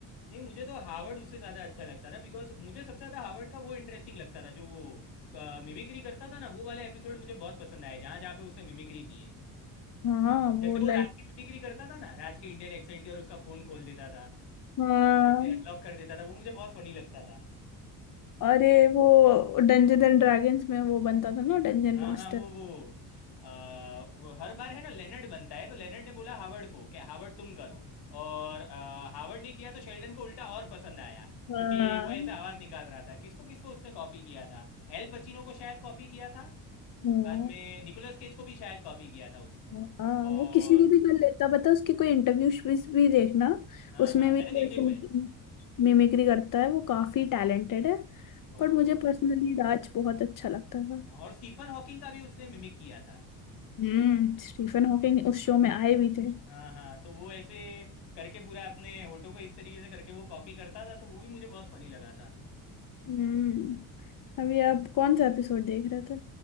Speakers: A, on the left; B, on the left.
A: नहीं मुझे तो हावर्ड उससे ज़्यादा अच्छा लगता था बिकॉज मुझे सबसे ज़्यादा हावर्ड का वो इंटरेस्टिंग लगता था जो वो मिमिक्री करता था ना वो वाला एपिसोड मुझे बहुत पसंद आया जहाँ जहाँ पे उससे मिमिक्री की है
B: हाँ
A: जैसे
B: वो
A: वो
B: लाइक
A: राज की मिमिक्री करता था ना राज के इंडियन एक्सेंट की और उसका फ़ोन खोल देता था
B: हाँ
A: ऐसे अनलॉक कर देता था वो मुझे बहुत फनी लगता था
B: अरे वो डंजन एंड ड्रैगन्स में वो बनता था ना डंजन
A: हाँ
B: मास्टर
A: हाँ वो वो आ, वो हर बार है ना लेनर्ड बनता है तो लेनर्ड ने बोला हावर्ड को कि हावर्ड तुम करो और आ, हावर्ड ने किया तो शेल्डन को उल्टा और पसंद आया
B: हाँ
A: क्योंकि
B: हाँ
A: वो ऐसा आवाज निकाल रहा था किसको किसको उसने कॉपी किया था एल पचिनो को शायद कॉपी किया था
B: हाँ।
A: बाद में निकोलस केज को भी शायद कॉपी किया था उसने
B: हाँ
A: और
B: वो किसी को भी कर लेता बता उसके कोई इंटरव्यू भी देखना
A: हाँ
B: उसमें
A: हाँ मैंने
B: भी
A: देखे
B: वो ऐसे
A: हुए
B: मिमिक्री करता है वो काफी टैलेंटेड है
A: और
B: पर मुझे पर्सनली राज बहुत अच्छा लगता था
A: हाँ और स्टीफन हॉकिंग का भी उसने मिमिक किया था
B: हम्म स्टीफन हॉकिंग उस शो में आए भी थे
A: हाँ हाँ तो वो ऐसे करके पूरा अपने होठों को इस तरीके से करके वो कॉपी करता था तो वो भी मुझे बहुत फनी लगा था
B: हम्म अभी आप कौन सा एपिसोड देख रहे थे